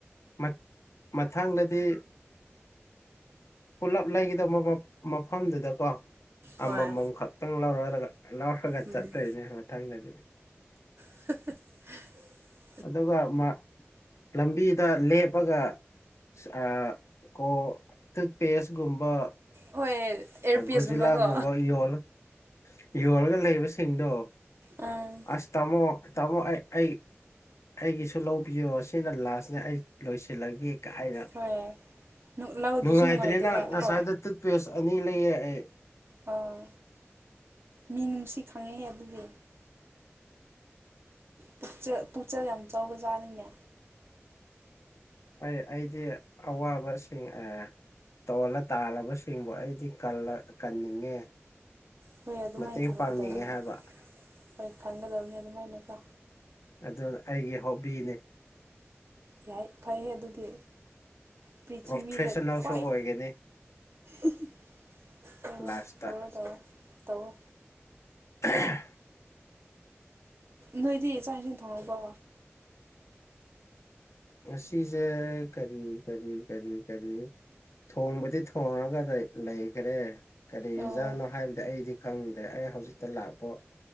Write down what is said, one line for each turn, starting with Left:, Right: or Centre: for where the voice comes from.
Left: ꯃꯠ ꯃꯊꯪꯗꯗꯤ ꯄꯨꯜꯂꯞ ꯂꯩꯒꯗꯕ ꯃꯐꯝꯗꯨꯗꯀꯣ
Right: ꯍꯣꯏ
Left: ꯑꯃꯃꯝ ꯈꯛꯇꯪ ꯂꯧꯔꯦ ꯍꯥꯏꯔꯒ ꯂꯧ <unintelligible>
Right: ꯎꯝ
Left: ꯆꯠꯇꯣꯏꯅꯦ ꯃꯊꯪꯗꯗꯤ꯫
Right: <unintelligible>
Left: ꯑꯗꯨꯒ ꯃꯥ ꯂꯝꯕꯤꯗ ꯂꯦꯞꯄꯒ꯫ ꯑ ꯀꯣ ꯇꯨꯠꯄꯦꯁꯒꯨꯝꯕ
Right: ꯍꯣꯏ ꯑꯦꯌꯔꯄꯤꯁꯀꯨꯝꯕꯀꯣ
Left: ꯒꯣꯖꯤꯂꯥ ꯒꯨꯝꯕ ꯌꯣꯜꯂꯣ ꯌꯣꯜꯂꯒ ꯂꯩꯕꯁꯤꯡꯗꯣ꯫
Right: ꯑꯪ꯫
Left: ꯑꯁ ꯇꯥꯃꯣ ꯇꯥꯃꯣ ꯑꯩ ꯑꯩ ꯑꯩꯒꯤꯁꯨ ꯂꯧꯕꯤꯌꯣ ꯁꯤꯅ ꯂꯥꯁꯅꯦ ꯑꯩ ꯂꯣꯏꯁꯤꯜꯂꯒꯦ ꯀꯥꯏꯅ
Right: ꯍꯣꯏ ꯂꯧꯗ꯭ꯔꯁꯨ
Left: ꯅꯨꯡꯉꯥꯏꯇ꯭ꯔꯦꯅ
Right: ꯅꯨꯡꯉꯥꯏꯗꯕ
Left: ꯉꯁꯥꯏꯗꯣ
Right: ꯀꯣ
Left: ꯇꯨꯠꯄꯦꯁ ꯑꯅꯤ ꯂꯩꯌꯦ ꯑꯩ꯫
Right: ꯑꯥꯎ ꯃꯤ ꯅꯨꯡꯁꯤ ꯈꯪꯉꯦꯍꯦ ꯑꯗꯨꯗꯤ꯫ ꯄꯨꯛꯆꯦꯜ ꯄꯨꯛꯆꯦꯜ ꯌꯥꯝ ꯆꯥꯎꯕ ꯖꯥꯠꯅꯤꯅꯦ꯫
Left: ꯍꯣꯏ ꯑꯩꯗꯤ ꯑꯋꯥꯕꯁꯤꯡ ꯑꯦ ꯇꯣꯜꯂ ꯇꯥꯜꯂꯕꯁꯤꯡꯕꯨ ꯑꯩꯗꯤ ꯀꯜꯂ ꯀꯟꯅꯤꯡꯉꯦ꯫
Right: ꯍꯣꯏ ꯑꯗꯨꯃꯥꯏꯅ
Left: ꯃꯇꯦꯡ
Right: ꯈꯟꯒꯗꯕꯅꯤ
Left: ꯄꯥꯡꯅꯤꯡꯉꯦ ꯍꯥꯏꯕ꯫
Right: ꯍꯣꯏ ꯈꯟꯒꯗꯕꯅꯤ ꯑꯗꯨꯃꯥꯏꯅꯀꯣ꯫
Left: ꯑꯗꯨ ꯑꯩꯒꯤ ꯍꯣꯕꯤꯅꯦ꯫
Right: ꯌꯥꯏ ꯐꯩ ꯑꯗꯨꯗꯤ ꯄ꯭ꯔꯤꯊꯤꯕꯤꯗ
Left: ꯄ꯭ꯔꯣꯐꯦꯁꯟꯅꯜꯁꯨ
Right: ꯈ꯭ꯋꯥꯏ
Left: ꯑꯣꯏꯒꯅꯤ
Right: ꯎꯝ ꯍꯨꯝ ꯇꯧꯑꯣ
Left: ꯂꯥꯁꯇ
Right: ꯇꯧꯔꯣ ꯇꯧꯔꯣ ꯇꯧꯑꯣ꯫
Left: <unintelligible>
Right: ꯅꯣꯏꯗꯤ ꯆꯥꯛ ꯏꯁꯤꯡ ꯊꯣꯡꯉꯕꯣ꯫
Left: ꯉꯁꯤꯁꯤꯁꯦ ꯀꯔꯤ ꯀꯔꯤ ꯀꯔꯤ ꯀꯔꯤ꯫ ꯊꯣꯡꯕꯗꯤ ꯊꯣꯡꯉꯒ ꯂꯩꯈ꯭ꯔꯦ꯫ ꯀꯔꯤ ꯌꯦꯟꯖꯥꯡꯠꯅꯣ
Right: ꯑꯣ
Left: ꯍꯥꯏꯕꯗꯤ ꯑꯩꯗꯤ ꯈꯪꯗ꯭ꯔꯦ ꯑꯩ ꯍꯧꯖꯤꯛꯇ ꯂꯥꯛꯄ